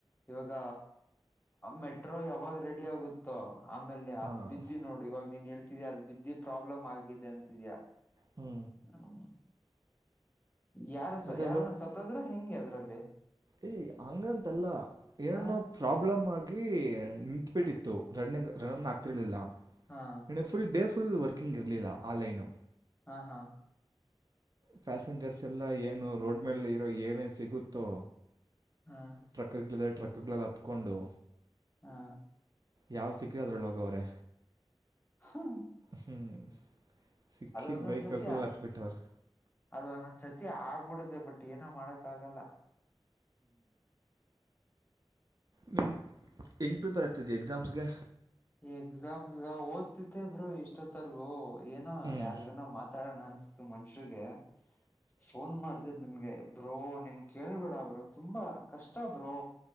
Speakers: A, on the left; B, on the right.
A: ಇವಾಗ ಮೆಟ್ರೋ ಯಾವಾಗ ರೆಡಿ ಆಗುತ್ತೋ. ಆಮೇಲೆ
B: ಹಾಂ
A: ಅದ್ ಬಿದ್ದಿ ನೋಡು ಇವಾಗ ನೀನ್ ಹೇಳ್ತಿದಿ ಅದ ಬಿದ್ದಿ ಪ್ರಾಬ್ಲಮ್ ಆಗಿದೆ ಅಂತಿದ್ಯಾಾ.
B: ಹ್ಞೂ
A: ಹ್ಮ. ಯಾರು ಸ
B: ಮತ್ತೆ
A: ಯಾರನ್ನ ಸತ್ತದ್ರೂ ಹೆಂಗೆ ಅದ್ರಲ್ಲಿ.
B: ಏಯ ಹಂಗಂತಲ್ಲ ಏನೋ
A: ಹ
B: ಪ್ರಾಬ್ಲಮ್ ಆಗಿ ನಿತ್ಬಿಟ್ಟಿತ್ತು
A: ಹಾ
B: ರಣ್ಣಿಂಗ್. ರಾಕ್ತಿರ್ಲಿಲ್ಲ
A: ಹಾ
B: ಇ ಫುಲ್ ಡೇ ಫುಲ್ ವರ್ಕಿಂಗ್ ಇರ್ಲಿಲ್ಲ ಆನ್ಲೈನು.
A: ಹಾ ಹಾ.
B: ಪ್ಯಾಸೆಂಜರ್ಸ್ ಎಲ್ಲ ಏನು ರೋಡ್ ಮೇಲೆ ಇರೋ ಏನೇನ್ ಸಿಗುತ್ತೋ.
A: ಹಾ
B: ಟ್ರಕ್ಗಳಗಳಿದ ಟ್ರಕ್ಗಳಲ್ಲಿ ಹತ್ಕೊಂಡು.
A: ಹಾ.
B: ಯಾವ್ ಸಿಕ್ಕರದ್ರ ಲೋಗವ್ರೆ.
A: ಹಾ.
B: ಹ್ಮ್ ಸಿಕ್ಕಿದ್
A: ಒಂದೊಂದ್
B: ಭೈ
A: ಸತ್ಯ
B: ಕೆಲ್ಸಲ್ಲ ಹತ್ ಬಿಿಟ್ಟವರು.
A: ಅದು ನಂದ ಸರ್ತಿ ಆಗ್ಬಿಡುತ್ತೆ ಬಟ್ ಏನೋ ಮಾಡಕ್ಕಾಗಲ್ಲ.
B: ಹ ಹೆಂಗ್ ಪ್ರಿಪೇರ್ ಆಗ್ತದೆ ಎಕ್ಸಾಮ್ಸ್ಗೆ
A: ಎಕ್ಸಾಂಪಲ್ ಓದ್ತಿದ್ದೆ ಬ್ರೋ ಇಷ್ಟೊತ್ತಾರ್ಗು ಏನೋ
B: ಹ್ಞೂ
A: ಯಾರ್ಗನ ಮಾತಾಡೋಣ ಅನ್ಸ್ತು. ಮನ್ಷಿಗೆ ಫೋನ್ ಮಾಡ್ದ ನಿಮಗೆ ಇಬ್ಬರು ನೀನ್ ಕೇಳ್ಬೇಡಬ್ರು. ತುಂಬಾ ಕಷ್ಟಬ್ರು